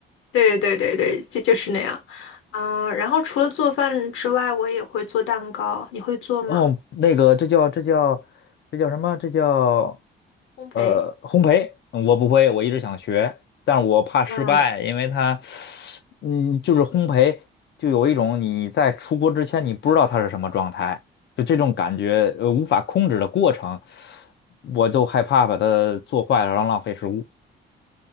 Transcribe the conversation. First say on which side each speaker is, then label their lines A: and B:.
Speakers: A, on the left; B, on the left.
A: 对对对对，就就是那样。嗯，然后除了做饭之外，我也会做蛋糕。你会做吗？
B: 哦，那个，这叫这叫这叫什么？这叫
A: 烘焙？
B: 呃烘焙。嗯我不会，我一直想学，但是我怕失败，
A: 嗯。
B: 因为它，嗯，就是烘焙，就有一种你在出锅之前你不知道它是什么状态，就这种感觉，呃，无法控制的过程，我就害怕把它做坏了，然后浪费食物。